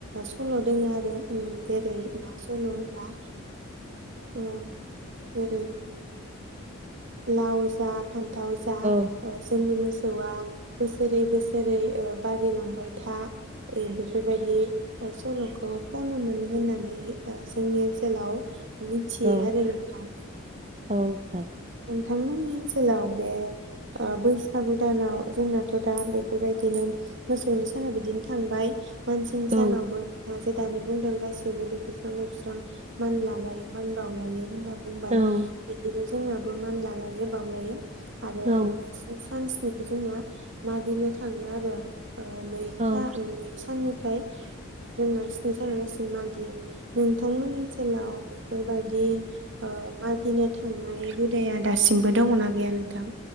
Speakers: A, on the right; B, on the right.
A: सल' दङ आरो जेरै मा सल होनबा जेरै ओ जेरै। लावजा। फान्थाव जा
B: औ
A: जोंनि। मोसौआ बोसोरै बोसोरै बारिलांबाय था। ए बेफोरबायदि। सल'खौ खनोमोन होननानै जोंनि ओनसोलाव। मिथियो
B: औ औ
A: आरो नोंथां।
B: औ नोंथां।
A: नोंथांमोननि ओनसोलाव बे बैसागु दानाव जोंनाथ' दा बेफोरबायदिनो मोसौनि साना बिदिनो थांबाय। मानसिनि
B: औ
A: सानावबो। जे दानि बुंदों गासैबो दुगैस्रां लोबस्रां मानलालायो मान बावलायो होनना। बुंबाय
B: औ
A: बिदिनो। जोंना। मान लालायो बावलायो। आरो
B: औ
A: बे सानस्नि। जोंना मागिनो थाङो आरो। ओ नैथा
B: औ
A: <unintelligible> साननिफ्राय जोङो। सानहालासिम मागियो नोंथांमोन ओनसोलाव बेफोरबायदि ओ मागिनो थांनाय। हुदाया दासिमबो दङ ना गैया नोंथां?